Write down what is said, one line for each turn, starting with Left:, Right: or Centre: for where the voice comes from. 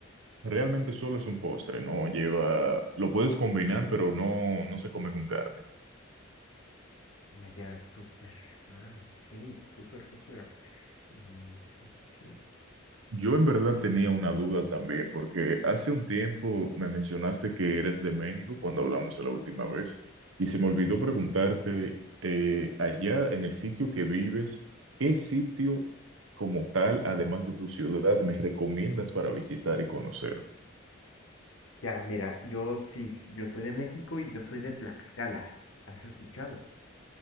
Right: Realmente solo es un postre, no lleva, lo puedes combinar, pero no, no se come con carne.
Left: Ah, ya, súper. Ah, ok, súper, súper. Mm, Ok.
Right: Yo en verdad tenía una duda también, porque hace un tiempo me mencionaste que eres de México cuando hablamos la última vez, y se me olvidó preguntarte, eh, allá en el sitio que vives, ¿qué sitio como tal, además de tu ciudad, me recomiendas para visitar y conocer?
Left: Ya, mira, yo sí, yo soy de México y yo soy de Tlaxcala. ¿Has escuchado?